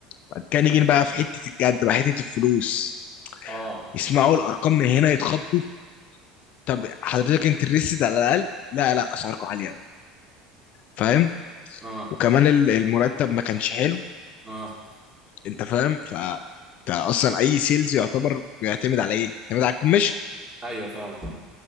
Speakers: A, on the left (about 45°); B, on the right (about 20°).
A: بعد كده نيجي بقى في حته الجد بقى حته الفلوس
B: اه
A: يسمعوا الارقام من هنا يتخضوا طب حضرتك انت ريسد على الاقل لا لا اسعاركم عاليه قوي فاهم
B: اه
A: وكمان ال- المرتب ما كانش حلو
B: اه
A: انت فاهم ف انت اصلا اي سيلز يعتبر بيعتمد على ايه بيعتمد على الكوميشن
B: ايوه فاهمك